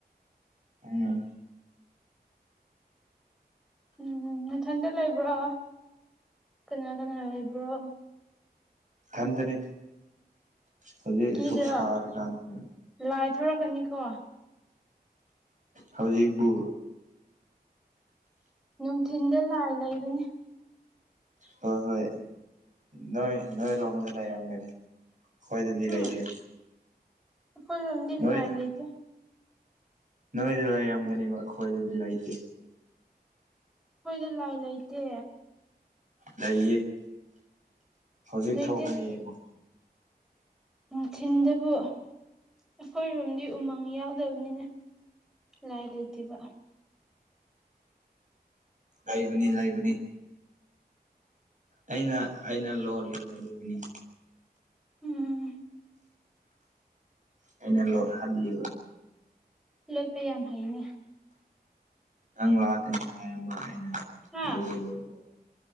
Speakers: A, on the right (about 50°); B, in the centre.
A: ꯎꯝ
B: ꯎꯝ ꯅꯊꯟꯗ ꯂꯩꯕ꯭ꯔꯣ ꯀꯅꯥ ꯀꯅꯥ ꯂꯩꯕ꯭ꯔꯣ
A: ꯏꯊꯟꯗꯥꯅꯤ ꯍꯨꯖꯤꯛ
B: ꯀꯤꯗ꯭ꯔꯣ
A: ꯑꯥꯁꯨꯛ ꯁꯥꯔꯥꯀꯥꯟꯁꯤꯗꯥ
B: ꯂꯥꯏ ꯊꯣꯔꯛꯀꯅꯤ ꯀꯣ
A: ꯍꯧꯖꯤꯛꯕꯨ
B: ꯅꯨꯡꯊꯤꯟꯗ ꯂꯥꯏ ꯂꯩꯕꯅꯤ꯫
A: ꯍꯣꯏ ꯍꯣꯏ ꯅꯣꯏ ꯅꯣꯏ ꯔꯣꯝꯗ ꯂꯩꯔꯝꯒꯅꯤ ꯑꯈꯣꯢꯗꯗꯤ
B: ꯍꯨꯝ
A: ꯂꯩꯇ꯭ꯔꯦ
B: ꯑꯩꯈꯣꯏꯔꯣꯝꯗꯤ
A: ꯅꯣꯏꯗ
B: ꯂꯥꯏ ꯂꯩꯇꯦ
A: ꯅꯣꯏꯗ ꯂꯩꯔꯝꯒꯅꯤꯕ ꯑꯩꯈꯣꯏꯗꯗꯤ ꯂꯩꯇꯦ
B: ꯑꯩꯈꯣꯏꯗꯤ ꯂꯥꯏ ꯂꯩꯇꯦ
A: ꯂꯩꯌꯦ ꯍꯧꯖꯤꯛ
B: ꯂꯩꯇꯦ
A: ꯊꯣꯛꯒꯅꯤ ꯌꯦꯡꯉꯣ
B: ꯅꯨꯡꯊꯤꯟꯗꯕꯨ ꯑꯩꯈꯣꯏꯔꯣꯝꯗꯤ ꯎꯃꯪ ꯌꯥꯎꯗꯕꯅꯤꯅ ꯂꯥꯏ ꯂꯩꯇꯦꯕ
A: ꯂꯩꯕꯅꯤ ꯂꯩꯕꯅꯤ ꯑꯩꯅ ꯑꯩꯅ ꯂꯣꯜꯂꯤꯕ ꯑꯗꯨꯒꯤꯅꯤ
B: ꯎꯝ
A: ꯑꯩꯅ ꯂꯣꯠꯍꯜꯂꯤꯕ
B: ꯂꯣꯞꯄ ꯌꯥꯝ ꯍꯩꯅꯦ
A: ꯅꯪ ꯂꯥꯛꯀꯅꯤ ꯍꯥꯏꯔꯝꯕ ꯑꯩꯅ
B: ꯍꯥ
A: ꯑꯗꯨꯒꯤ ꯂꯣꯜꯂꯣ